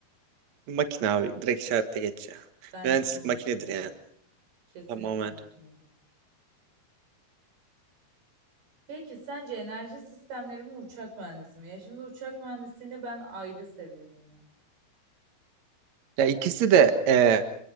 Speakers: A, on the right; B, on the right.
A: Makine abi. Direkt işaretle geç ya.
B: Bence
A: Mühendislik
B: de makinedir.
A: makinedir yani.
B: Kesinlikle
A: Tamamen.
B: makinedir. Peki sence enerji sistemleri mi uçak mühendisi mi? Ya şimdi uçak mühendisini ben ayrı seviyorum ya.
A: Ya ikisi de e,